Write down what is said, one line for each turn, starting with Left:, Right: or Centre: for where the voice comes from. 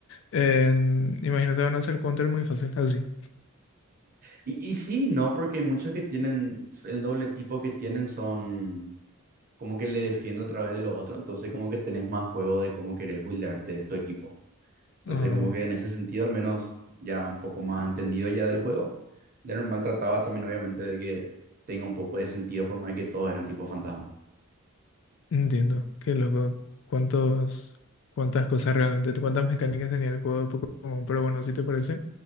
Left: En- imagínate van a hacer counter muy fácil, así.
Right: Y, y sí, y no, porque hay muchos que tienen, pues, el doble tipo que tienen son como que le defiendo a través de lo otro, entonces como que tenés más juego de cómo querés buildarte tu equipo. Entonces
Left: Ah,
Right: como que en ese sentido al menos ya un poco más entendido ya del juego. De normal trataba también obviamente de que tenga un poco de sentido por más que todos eran tipo fantasma. <laughs>
Left: entiendo, qué loco. ¿Cuántos, cuántas cosas realmente, cuántas mecánicas tenía el juego de Pokémon? Pero bueno, si te parece.